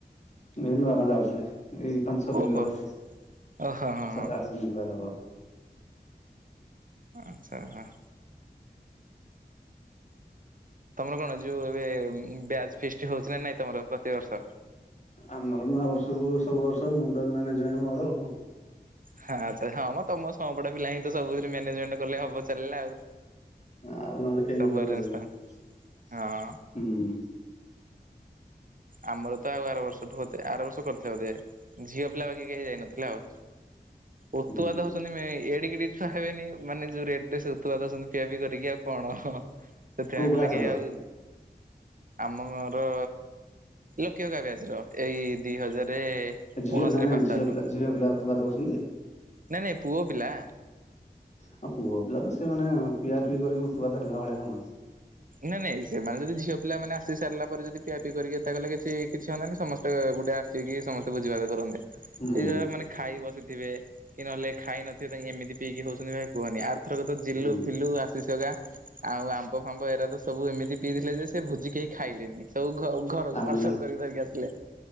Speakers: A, on the left; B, on the right.
A: ଏ ନୁଆଗାଁ ଯାଉଥିଲି। ଏଇ ପାଞ୍ଚ ଛଅ
B: ଓହୋ
A: ଦିନି ତଳେ।
B: ଓହୋ ହଁ
A: ସାତ
B: ହଁ
A: ଆଠ ନ ଭଳିଆ ହବ।
B: ଆଚ୍ଛା ଆହା। ତମର କଣ ଯୋଉ ଏବେ ବ୍ୟାଜ ଫିଷ୍ଟ ହଉଚି ନା ନାଇଁ ତମର ପ୍ରତିିବର୍ଷ?
A: ଆମର ନୂଆ ବର୍ଷକୁ ସବୁ ବର୍ଷ ମୁଁ ତ ମ୍ୟାନେଜମେଣ୍ଟ ମୋର ଆଉ।
B: ହାଁ ତ ହଁ ତମ ସଂଅପଟ ପିଲା ହିଁ ତ ସବୁଥିରେ ମ୍ୟାନେଜମେଣ୍ଟ କଲେ ହବ ଚାଲିଲା ଆଉ।
A: ଆଉ ନହେଲେ କେହି
B: ସବୁ
A: ମୁଣ୍ଡ
B: ଆରେଞ୍ଜ
A: ଖେଳିବେନି।
B: ତାଙ୍କ ହଁ
A: ହୁଁ।
B: ଆମର ତ ଆଉ ଆର ବର୍ଷଠୁ ବୋଧେ ଆର ବର୍ଷ କରିଥିଲେ ବଧେ। ଝିଅ ପିଲା ବାକି କେହି ଯାଇନଥିଲା ଆଉ। ଉତୁପାତ
A: ହୁଁ।
B: ହୋଉଚିନ୍ତି ଏଡିକି ବି ଛୁଆ ହେବେନି ମାନେ ଯୋଉ ରେଟ ରେ ସେ ଉତପାତ ହଉଚନ୍ତି ପିଆ ପି କରିକି ଆଉ କଣ? ସେଥିପାଇଁ
A: କୋଉ କ୍ଲାସର
B: ପିଲା କେହି ଆଉ ଆମର ଲକି ହକା ବ୍ୟାଜ ର। ଏଇ ଦି ହଜାର
A: ଝିଅ
B: ଉଣଶିରେ
A: ନାଇଁ ନାଇଁ
B: ପାସ୍
A: ଝିଅ
B: ଆଉଟ୍।
A: ପିଲା ଝିଅ ପିଲା ଉତ୍ପାତ ହଉଛନ୍ତି।
B: ନାଇଁ ନାଇଁ ପୁଅ ପିଲା।
A: ଆଉ ପୁଅ ପିଲା ତ ସେମାନେ ପିଆଫିଇ କରିକି ଉତପାତ ହେଲା ଭଳିଆ ହଉନାହାନ୍ତି।
B: ନାଇଁ ନାଇଁ ସେମାନେ ଯଦି ଝିଅ ପିଲା ମାନେ ଆସି ସାରିଲା ପରେ ଯଦି ପିଆ ପିଇ କରିକି ଏତେ କଲେ କିଛି କିଛି ହୁଅତାନି ସମସ୍ତେ ଗୋଟେ ଆସ କି ମିସିକି ସମସ୍ତେ ଭୋଜିଭାତ କରନ୍ତେ।
A: ହୁଁ।
B: ଏଇ ଯୋ ଏମାନେ ଖାଇ ବସିଥିବେ, କି ନହେଲେ ଖାଇ ନଥିବେ ତାଙ୍କେ ଏମିତି ପିଇକି ହଉଚନ୍ତି ଭାଇ କୁହନି। ଆର ଥରକ ଜିଲୁ
A: ହୁଁ
B: ଫିଲୁ ଆସିଶ ହକା ଆଉ ଆମ୍ବ ଫାମ୍ବ ଏ ରାତ ତ ସବୁ ଏମିତି ପିଇଦେଇଥିଲେ ଯେ ସେ ଭୋଜି କେହି ଖାଇଲେନି। ସବୁ ଘ୍ ଘରକୁ
A: ଆମେ
B: ପାର୍ସଲ କରିକି ଧରିକି ଆସଲେ।